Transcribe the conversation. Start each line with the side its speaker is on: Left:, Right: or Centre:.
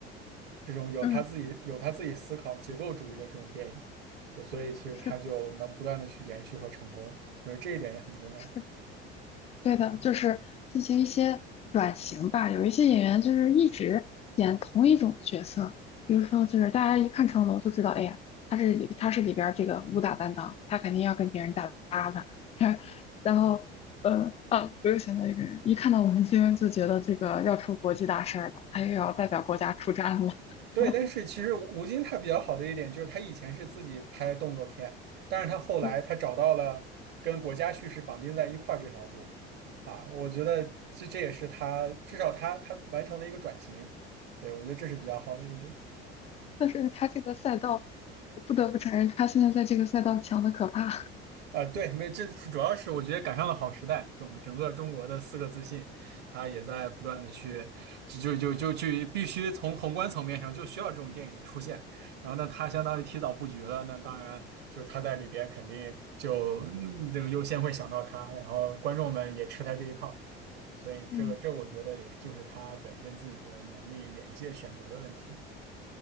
Right: 这种有他自己有他自己思考结构主义的这种电影，
Left: 嗯，
Right: 对，所以其实他就能不断的去延续和成功，
Left: 是的，
Right: 我觉得这一点也很重要。
Left: 是的。对的，就是进行一些转型吧。有一些演员就是一直演同一种角色，比如说就是大家一看成龙就知道，哎呀，他是里他是里边儿这个武打担当，他肯定要跟别人打搭的。<laughs> 然后，呃，啊，我又想到一个人，一看到吴京就觉得这个要出国际大事儿了，他又要代表国家出战了。
Right: 对，
Left: <laughs>
Right: 但是其实吴京他比较好的一点就是他以前是自己拍动作片，但是他后来他找到了跟国家叙事绑定在一块儿这条路，
Left: 嗯，
Right: 啊，我觉得这这也是他至少他他完成了一个转型，对，我觉得这是比较好的一点。
Left: 但是他这个赛道，不得不承认，他现在在这个赛道强的可怕。
Right: 啊，对，没，这主要是我觉得赶上了好时代，整个整个中国的四个自信，他也在不断的去，就就就就去必须从宏观层面上就需要这种电影的出现，然后呢，他相当于提早布局了，那当然就他在里边肯定就嗯这个优先会想到他，然后观众们也吃他这一套，所以这个这我觉得也就是他本身自己的能力眼界选择的问题。
Left: 嗯，